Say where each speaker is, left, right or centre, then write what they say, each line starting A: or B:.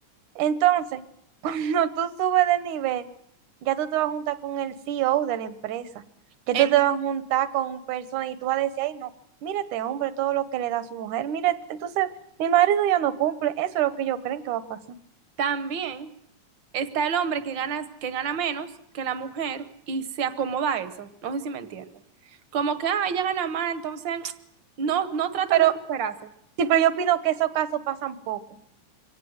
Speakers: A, on the right; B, on the right.
A: Entonces, <laughs> cuando tú subes de nivel, ya tú te vas a juntar con el C. E O. de la empresa, que
B: En-
A: tú te vas a juntar con un persona y tú vas a decir, ay, no, mírate, hombre, todo lo que le da a su mujer, mírate. Entonces, mi marido ya no cumple, eso es lo que ellos creen que va a pasar.
B: también Está el hombre que gana, que gana menos que la mujer y se acomoda a eso. No sé si me entiende. Como que, ah, ella gana más, entonces <tsk> no, no tratan
A: Pero
B: de superarse.
A: sí, pero yo opino que esos casos pasan poco,